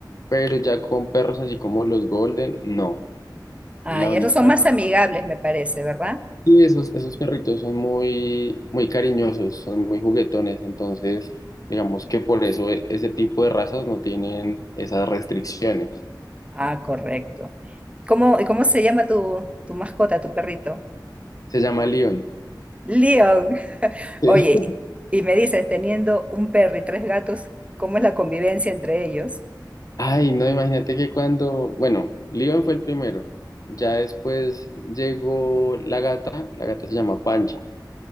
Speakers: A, on the left; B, on the right.
A: pero ya con perros así como los Golden, no.
B: Ah,
A: La
B: y
A: única
B: esos son más amigables, me parece, ¿verdad?
A: Y esos, esos perritos son muy, muy cariñosos, son muy juguetones, entonces digamos que por eso e- ese tipo de razas no tienen esas restricciones.
B: Ah, correcto. ¿Cómo, y cómo se llama tu, tu mascota, tu perrito?
A: Se llama León.
B: Leon.
A: Sí.
B: Oye, y me dices, teniendo un perro y tres gatos, ¿cómo es la convivencia entre ellos?
A: Ay, no, imagínate que cuando, bueno, León fue el primero, ya después llegó la gata, la gata se llama Pancha,